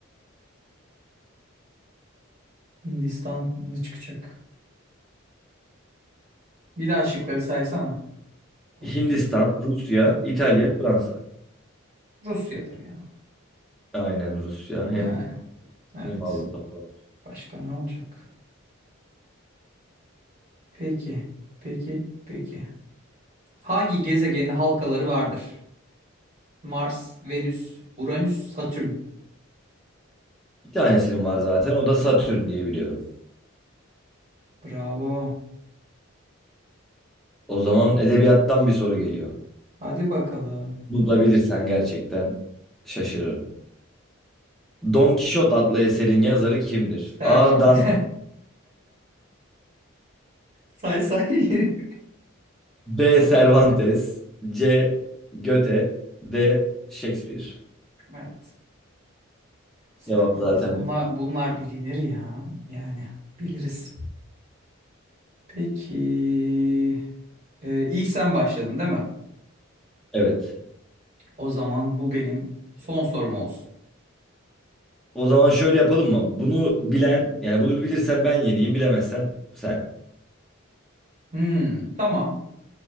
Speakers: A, on the right (about 35°); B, in the centre.
A: Hindistan mı çıkacak? Bir daha şıkları saysana. Unuttum.
B: Hindistan, Rusya,
A: Ya.
B: İtalya,
A: Hı hı.
B: Fransa.
A: Rusya'dır ya.
B: Aynen Rusya.
A: Yani.
B: Hem,
A: Evet.
B: hem Avrupa var.
A: Başka ne olacak? Peki. Peki. Peki. Hangi gezegenin halkaları vardır? Mars, Venüs, Uranüs, Satürn.
B: Bir tanesinin var zaten. O da Satürn diye biliyorum.
A: Bravo.
B: O zaman edebiyattan bir soru geliyor.
A: Hadi bakalım.
B: Bunu da bilirsen gerçekten şaşırırım. Don Kişot adlı eserin yazarı kimdir?
A: Cervantes.
B: A. Dante
A: <laughs> Say say.
B: B. Cervantes C. Goethe D. Shakespeare.
A: Evet. Cervantes.
B: Cevap zaten.
A: Bunlar,
B: belli.
A: bunlar bilinir ya. Yani biliriz. Peki. Ee, ilk sen başladın değil mi?
B: Evet.
A: O zaman bu benim son sorum olsun.
B: O zaman şöyle yapalım mı? Bunu bilen, yani bunu bilirsen ben yeneyim, bilemezsem sen.
A: Hmm, tamam.